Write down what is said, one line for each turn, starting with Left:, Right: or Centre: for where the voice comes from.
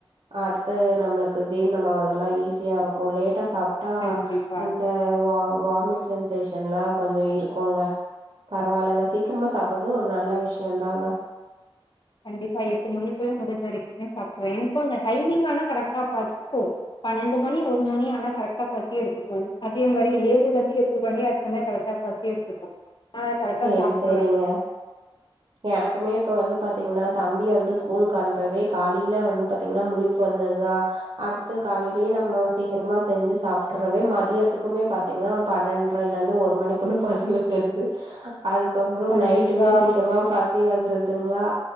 Right: அடுத்து நம்மளுக்கு ஜீர்ணம் ஆகுர்தெல்லா ஈஸியா இருக்கோ லேட்டா சாப் டா
Left: கண்டிப்பா
Right: அந்த வா வாமிட் சென்சேஷன்லா கொஞ்சம் இருக்கோங்க பரவாயில்லங்க சீக்கிரமா சாப்பட்றதூ ஒரு நல்ல விஷயம் தாங்க
Left: கண்டிப்பா எட்டு மணிக்குள்ள முடிஞ்ச வரைக்குமே சாப்பிட்றுவே எனக்கும் அந்த டைமிங் ஆனா கரெக்டா பசிக்கோ பன்னெண்டு மணி ஒரு மணி ஆனா கரெக்டா பசி எடுத்துக்கோ அதே மாரி ஏழு இருந்து எட்டு மணி ஆச்சுன்னா கரெக்ட் டா பசி எடுத்துக்கோ நா கரெக்டா
Right: சேரி
Left: சாப்ட்றுவே
Right: சேரிங்க எனக்குமே இப்ப வந்து பாத்தீங்கன்னா தம்பிய வந்து ஸ்கூலுக்கு அனுப்பவே காலயில வந்து பாத்தீங்கன்னா முழிப்பு வந்துருதா அடுத்து காலையிலயே நம்ம சீக்கிரமா செஞ்சு சாப்பிடுறவே மதியத்துக்குமே பாத் பார்த்தீங்கன்னா ஒரு பன்னெண்றல இருந்து ஒரு மணிக்குள்ள பசி வந்துட்து அதுக்கப்புறம்
Left: கண்டிப்பா
Right: நைட்டுமே சீக்கிரமா பசி வந்துத்துங்களா